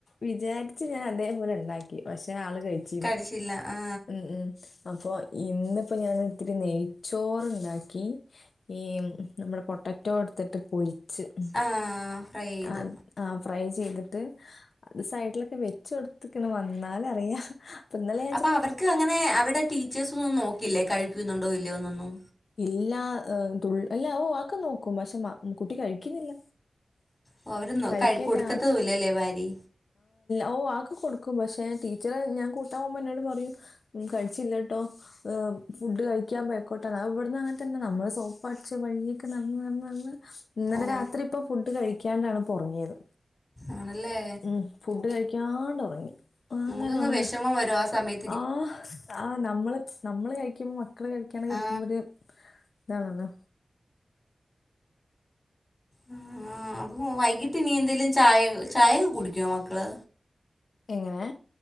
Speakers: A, on the left; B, on the left.
A: വിചാരിച്ചു ഞാൻ അതേപോലെ ഉണ്ടാക്കി പഷ് ക്ഷെ ആള് കഴിച്ചീല്ല.
B: കഴിച്ചില്ല ആ
A: ഉം അപ്പോ ഇന്നിപ്പോ ഞാൻ ഇത്തിരി നെയ്ച്ചോറ്ണ്ടാക്കി ഈ നമ്മളെ പൊട്ടറ്റോ ഇട്ത്തിട്ട് പൊരിച്ച് ഉം
B: ആ ഫ്രൈ ചെയ്ത്
A: അ ആ ഫ്രൈ ചെയ്ത്ട്ട് അ സൈഡിലൊക്കെ വെച്ച് കൊടുത്ക്ക്ണ് വന്നാൽ അറിയാ. അപ്പന്നലെ
B: അപ്പൊ അവർക്ക് അങ്ങനെ അവിടെ ടീച്ചേഴ്സ് ഒന്നും നോക്കില്ലേ കഴിക്കുന്നുണ്ടോ ഇല്ലയോന്നൊന്നും.
A: ഇല്ലാ ഏഹ് തുൾ അല്ല ഓഫ് അഒക്കെ നോക്കും പക്ഷെ മ കുട്ടി കഴിക്കുന്നില്ല.
B: ഓ അവര് നോ
A: കഴിക്കാറ്റാ
B: കഴി കൊടുക്കത്തൂല്ല ലേ വാരി.
A: ഓഹ് അഒക്ക കൊടുക്കും പക്ഷെ ഞാ ടീച്ചറ് ഞാൻ കൂട്ടാൻ പോകുമ്പോ ഇന്നോട് പറയും ഉം കഴിച്ചില്ലട്ടോ ഫുഡ് കഴിക്കാൻ ബേക്കോട്ട് ആണ് അത് വിട്ന്നും അങ്ങൻത്തന്നെ. നമ്മൾ സോപ്പ് അട്ച്ച് വഴിയൊക്കെ നടന്ന് നടന്ന് നടന്ന് ഇന്നലെ
B: ഓ
A: രാത്രി ഇപ്പ ഫുഡ് കഴിക്കാണ്ടാണ് പ്പൊറങ്ങിയത്.
B: ആണല്ലേ
A: ഉം ഫുഡ് കഴിക്കാണ്ട് ഒറങ്ങി. അങ്ങനാണ്.
B: നമുക്കങ് വെഷമം വരും ആ സമയ
A: ആഹ് ആ നമ്മള് നമ്മള് കഴിക്കുമ്പം മക്കള് കഴിക്കാണ്ടെ കെടക്കുമ്പൊര്
B: ആ
A: ഇതാണല്ലോ.
B: ആഹ് അപ്പൊ വൈകിട്ട് ഇനി എന്തേലും ചായ ചായയൊക്കെ കുടിക്ക്യോ മക്കള്?
A: എങ്ങനെ?